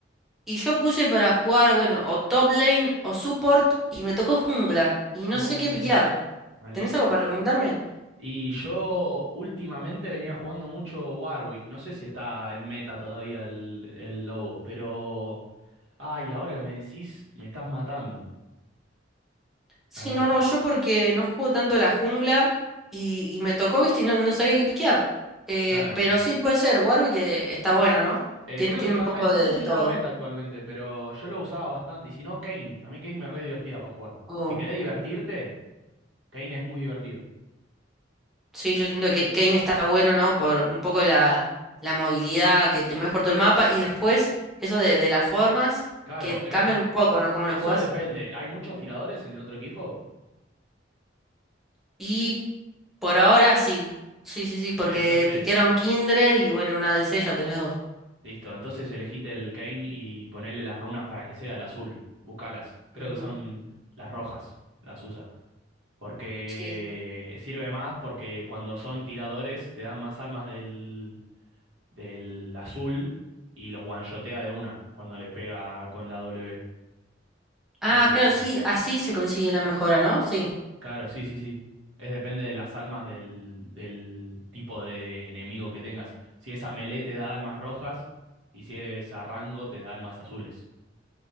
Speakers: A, in the centre; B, on the right (about 80°).
A: y yo puse para jugar, bueno, o top lane o support y me tocó jungla y no
B: No,
A: sé qué piquear.
B: no, malísimo.
A: ¿Tenés algo para recomendarme?
B: Y yo últimamente venía jugando mucho Warwick. No sé si está en meta todavía el, el lobo, pero. Ay, ahora que me decís, me estás matando.
A: Sí,
B: A ver,
A: no, no, yo porque no juego tanto la jungla y, y me tocó, viste, y no, no sabía qué piquear. Eh,
B: claro.
A: pero sí puede ser, Warwick eh, está bueno, ¿no?
B: Eh,
A: Tiene,
B: creo
A: tiene
B: que está
A: un poco
B: en meta. No
A: de,
B: sé
A: de
B: si
A: todo.
B: está en meta actualmente, pero yo lo usaba bastante. Y si no, Kane. A mí Kane me re divertía para jugar.
A: Oh.
B: Si querés divertirte, Kane es muy divertido.
A: Sí, yo siento que Kane está bueno, ¿no? Por un poco la, la movilidad que te mueves por todo el mapa y después eso de, de las formas
B: Claro,
A: que
B: es,
A: cambian un poco, ¿no? Cómo
B: Eso
A: lo jugás.
B: depende. Hay muchos tiradores en el otro equipo.
A: Y por ahora sí. Sí, sí, sí, porque
B: Entonces,
A: piquearon Kindred y bueno, una DC ya tenés dos.
B: listo. Entonces elegite el Kane y ponele las runas para que sea el azul. Buscalas. Creo
A: Ujú.
B: que son las rojas. Las usa. Porque
A: Sí.
B: sirve más porque cuando son tiradores te dan más almas del, del azul y los one-shotea de una cuando les pega con la W.
A: Ah,
B: Así que
A: claro, sí, así se consigue la mejora, ¿no? Sí,
B: Claro, sí, sí, sí. Es depende de las almas del, del tipo de enemigo que tengas. Si es a melee te da almas rojas y si es a rango te da almas azules.